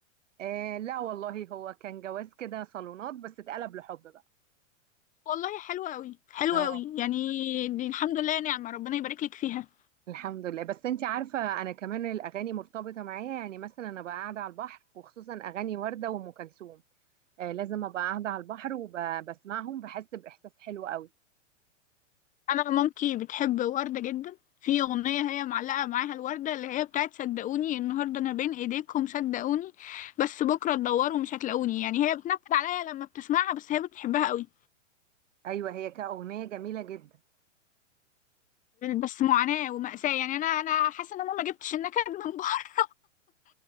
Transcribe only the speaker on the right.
آه لا والله هو كان جواز كده صالونات بس اتقلب لحب بقى
اه
الحمد لله بس انت عارفة انا كمان الاغاني مرتبطة معايا يعني مثلا انا بقى قاعدة على البحر وخصوصا اغاني وردة وام كلثوم آه لازم ابقى قاعدة على البحر وبسمعهم بحس باحساس حلو قوي
ايوه هي كأغنية جميلة جدا